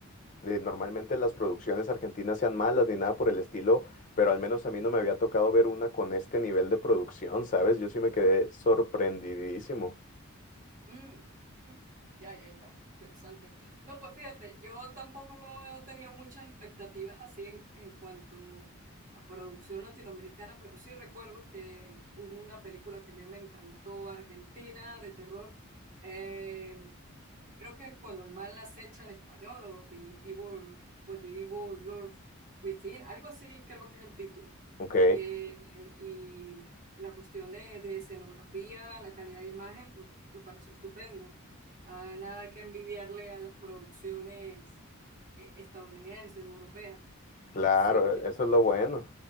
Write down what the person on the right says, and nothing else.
Mm, mm, ya, ya, ya, interesante. No, pues fíjate, yo tampoco no tenía muchas expectativas así en, en cuanto a producción latinoamericana, pero sí recuerdo que hubo una película que a mí me encantó, Argentina, de terror. Eh, Creo que cuando el mal acecha en español o The Evil, o The Evil Lord Within, algo así creo que es el título.
Eh, y la cuestión de, de escenografía, la calidad de imagen, mm, me pareció estupendo. Ah, nada que envidiarle a las producciones eh, estadounidenses, europeas.
Así que